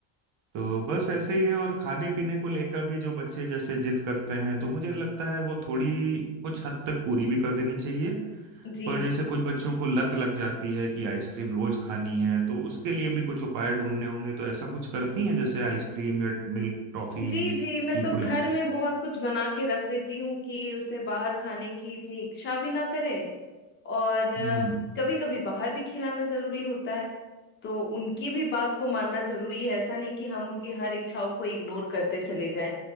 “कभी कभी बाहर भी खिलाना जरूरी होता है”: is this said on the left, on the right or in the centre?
Left